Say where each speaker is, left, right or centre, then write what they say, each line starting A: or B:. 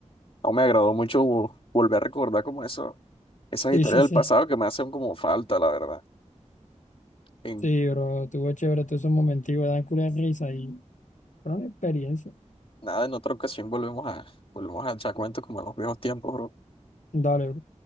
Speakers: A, on the left; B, on the left.
A: no me agradó mucho vo- volver a recordar como eso. esas
B: Sí,
A: historias
B: sí,
A: del
B: sí.
A: pasado que me hacen como falta, la verdad. En
B: Sí, bro, tuvo chévere, tuvo esos momentos, dan culo de risa y fueron experiencia.
A: nada, en otra ocasión volvemos a, volvemos a echar cuentos como en los viejos tiempos, bro.
B: Dale, bro.